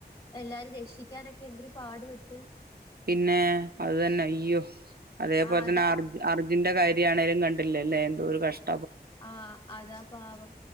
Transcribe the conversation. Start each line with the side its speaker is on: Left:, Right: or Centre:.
Left: എല്ലാരേം രക്ഷിക്കാനൊക്കെ എന്തൊരു പാടുപെട്ട്
Right: പിന്നെ അത് തന്നെ അയ്യോ അതേപോലെ
Left: ആ
Right: തന്നെ
Left: അതാ
Right: അർജു അർജുൻന്റെ കാര്യം ആണേലും കണ്ടില്ലേ ലേ എന്തോരു കഷ്ടം
Left: ആഹ് അതാ പാവം